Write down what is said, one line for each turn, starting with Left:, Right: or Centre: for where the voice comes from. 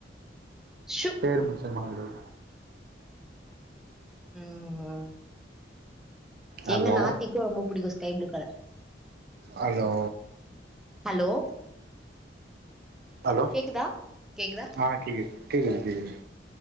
Centre: ஷூ!
Right: பேர் <unintelligible>
Centre: ம்
Right: ஹலோ
Centre: எங்க நாத்திக்கு ரொம்ப புடிக்கு sky blue colour
Right: hello
Centre: hello
Right: hello
Centre: கேக்குதா கேக்குதா
Right: அ கேக்குது கேக்குது